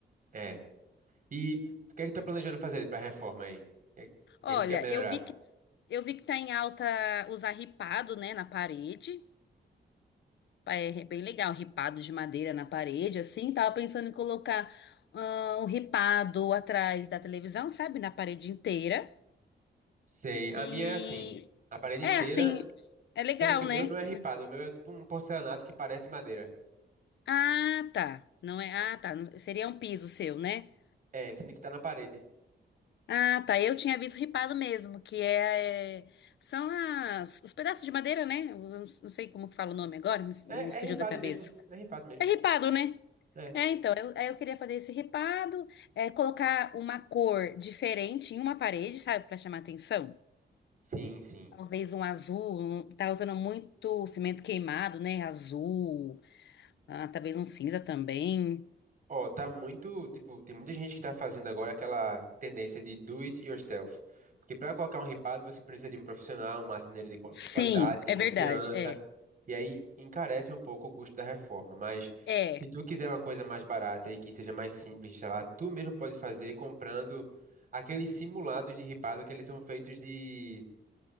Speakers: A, on the right; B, on the left.
A: É. E o que é que tu tá planejando fazer para reforma aí? O que, o
B: Olha,
A: que é que tu quer melhorar?
B: eu vi que eu vi que tá em alta usar ripado, né, na parede. É é bem legal, ripado de madeira na parede, assim. Tava pensando em colocar ah, o ripado atrás da televisão, sabe? Na parede inteira.
A: Sei, a
B: E
A: minha é assim, a parede
B: é
A: inteira,
B: assim, é legal,
A: sendo que o
B: né?
A: meu não é ripado, o meu é tipo um porcelanato que parece madeira.
B: Ah, tá. Não é? Ah, tá. Seria um piso seu, né?
A: É, sendo que tá na parede.
B: Ah, tá. Eu tinha visto ripado mesmo, que é, é- são as os pedaços de madeira, né? Eu Não não sei como que fala o nome agora, me,
A: É,
B: me fugiu
A: é ripado
B: da cabeça.
A: mesmo, é ripado mesmo.
B: É ripado, né?
A: É.
B: É, então, eu, aí eu queria fazer esse ripado, é, colocar uma cor diferente em uma parede, sabe, Pra chamar atenção.
A: Sim, sim.
B: Talvez um azul, um- tá usando muito cimento queimado, né? Azul. Ah, talvez um cinza também.
A: Ó, tá muito, tipo, tem muita gente que tá fazendo agora aquela tendência de do it yourself. Porque para colocar um ripado, você precisa de um profissional, um marceneiro de qua-
B: Sim,
A: qualidade, de
B: é
A: confiança,
B: verdade. É.
A: e aí encarece um pouco o custo da reforma. Mas
B: É.
A: se tu quiser uma coisa mais barata e que seja mais simples de instalar, tu mesmo pode fazer comprando aqueles simulados de ripado que eles são feitos de